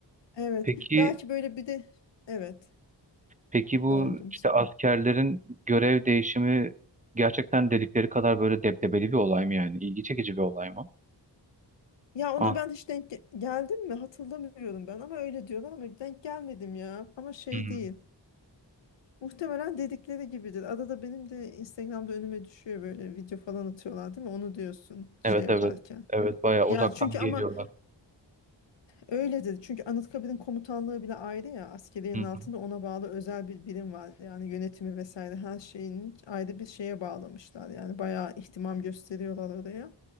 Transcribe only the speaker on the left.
evet.
Belki böyle bir de evet
böldüm.
seni.
Ya ona
ben hiç denk ge- geldim mi hatırlamıyorum ben ama öyle diyorlar ama denk gelmedim ya. Ama şey
değil. Muhtemelen dedikleri gibidir. Arada benim de Instagram'da önüme düşüyor böyle video falan atıyorlar değil mi? Onu diyorsun şey
yaparken.
Ya
çünkü
ama öyle dedi. Çünkü Anıtkabir'in komutanlığı bile ayrı ya askeriyenin
altında ona bağlı özel bir birim var. Yani yönetimi vesaire her şeyin ayrı bir şeye bağlamışlar. Yani bayağı ihtimam gösteriyorlar oraya.